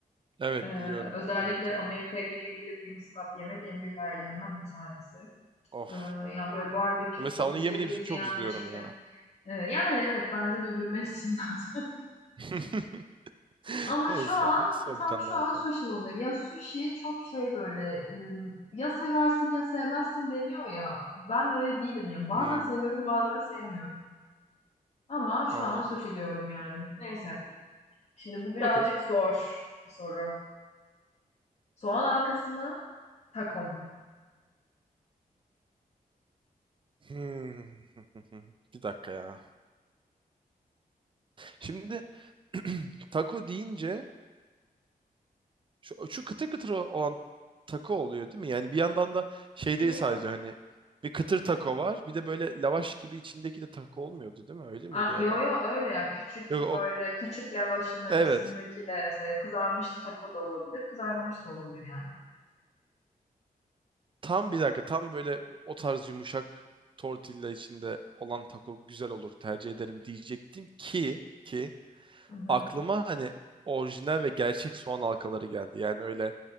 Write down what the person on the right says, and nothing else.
Evet
biliyorum.
Evet yani.
Of.
Mesela
onu
yemediğim
için çok üzülüyorum
ya.
<laughs> <laughs>
Neyse.
Hadi sor
bir tane
daha
bakalım.
Hmm,
anladım.
Okey.
Hmm. <laughs> Bir dakika ya. Şimdi <clears throat> taco deyince şu, şu kıtır kıtır olan taco oluyor değil mi? Yani bir yandan da şey
değil sadece hani bir kıtır taco var. Bir de böyle lavaş gibi içindeki de taco olmuyordu değil mi? Öyle miydi
ya
da?
Yok o
evet.
Tam bir dakika tam böyle o tarz yumuşak tortilla içinde olan taco güzel olur tercih ederim diyecektim ki ki
aklıma hani orijinal ve gerçek soğan halkaları geldi. Yani öyle